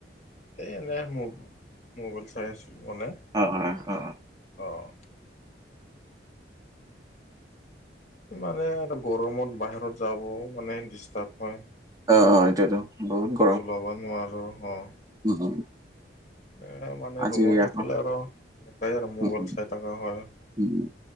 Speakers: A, on the left (about 40°); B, on the right (about 20°).
A: এই এনেই মো-মোবাইল চাই আছিলোঁ মানে।
B: অ অ অ
A: অ'। মানে আৰু গৰমত বাহিৰত যাবও মানে ডিষ্টাৰ্ব হয়।
B: অ', অ', এইটোৱেটো বহুত গ
A: ওলাব নোৱাৰোঁ, অ'।
B: উম, উম।
A: এ মানে
B: আজি
A: ৰুমত থাকিলে
B: আকৌ
A: আৰু সেনেকাই আৰু মোবাইল
B: উম উম
A: চাই থাকা হয়।
B: উম।